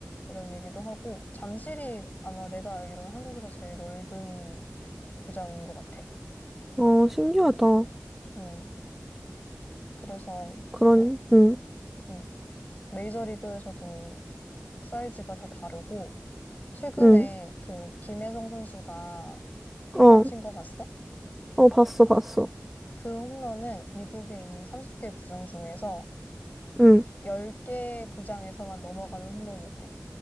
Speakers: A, on the left; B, in the centre.
A: 이런 얘기도 하고, 잠실이 아마 내가 알기로는 한국에서 제일 넓은 구장인 것 같아.
B: 어, 신기하다.
A: 음, 그래서
B: 그런
A: 뭐,
B: 응.
A: 음, 메이저리그에서도 사이즈가 다 다르고, 최근에
B: 응.
A: 그 김혜성 선수가 홈런
B: 어.
A: 친 거 봤어?
B: 어, 봤어, 봤어.
A: 그 홈런은 미국에 있는 30개 구장 중에서
B: 응.
A: 10개 구장에서만 넘어가는 홈런이었대.